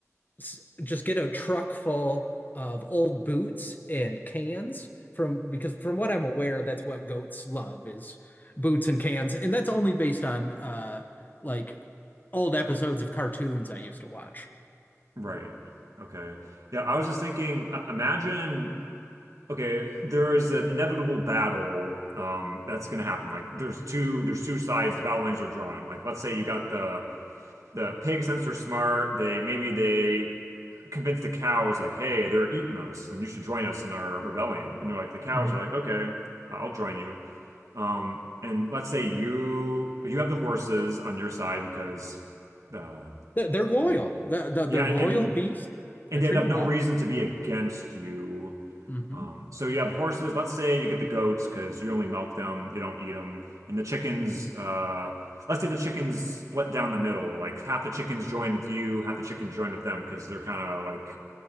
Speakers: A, on the left; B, on the right.
A: s- just get a truck full of old boots and cans from because from what I'm aware, that's what goats love is boots and cans, and that's only based on uh like old episodes of cartoons I used to watch.
B: right. Okay. Yeah, I was just thinking, uh, imagine, okay, there is an inevitable battle um that's gonna happen. Like there's two there's two sides, the battle lines are drawn. Like let's say you got the the pigs since they're smart, they maybe they convince the cows like, hey, they're eating us and you should join us in our rebellion. And they're like, the cows
A: hmm
B: are like, okay, I'll join you. Um, and let's say you you have the horses on your side because the I
A: They're, they're loyal.
B: mean,
A: The, the, they're
B: yeah,
A: loyal
B: and
A: beast. I
B: and
A: treat
B: they'd have
A: them
B: no
A: well.
B: reason to be against you.
A: hmm
B: Um, so you have horses. Let's say you get the goats because you only milk them, you don't eat them, and the chickens.
A: <laughs>
B: Uh, let's say the chickens split down the middle. Like half the chickens join with you, half the chickens join with them because they're kind of like